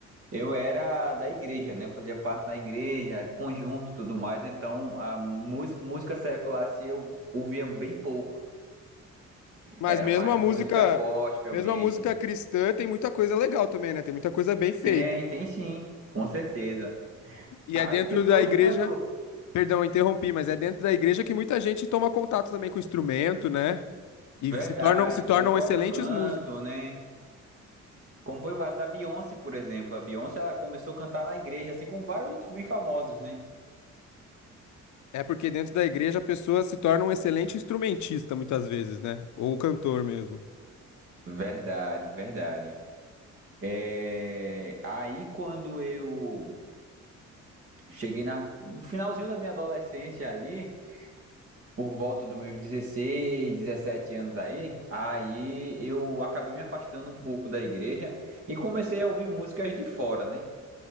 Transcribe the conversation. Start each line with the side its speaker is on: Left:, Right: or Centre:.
Right: eu era da igreja, né? Eu fazia parte da igreja, de conjunto, e tudo mais. Então, a música, música secular se eu ouvia bem pouco.
Left: Mas
Right: Era
Left: mesmo
Right: mais
Left: a música,
Right: música gospel
Left: mesmo
Right: mesmo.
Left: a música cristã tem muita coisa legal também, né? Tem muita coisa bem feita.
Right: Tem, tem sim, com certeza.
Left: E
Right: Aí
Left: é dentro
Right: depois
Left: da igreja,
Right: quando,
Left: perdão, eu interrompi, mas é dentro da igreja que muita gente toma contato também com o instrumento, né? E
Right: verdade,
Left: se tornam, se tornam
Right: com o próprio
Left: excelentes
Right: canto,
Left: músicos.
Right: né? Como foi o caso da Beyoncé, por exemplo. A Beyoncé, ela começou a cantar na igreja, assim como vários outros bem famosos, né?
Left: É porque dentro da igreja a pessoa se torna um excelente instrumentista muitas vezes, né? Ou um cantor mesmo.
Right: Verdade, verdade. É, aí quando eu cheguei na- no finalzinho da minha adolescência ali, por volta dos meus 16, 17 anos aí, aí eu acabei me afastando um pouco da igreja e comecei a ouvir músicas de fora, né?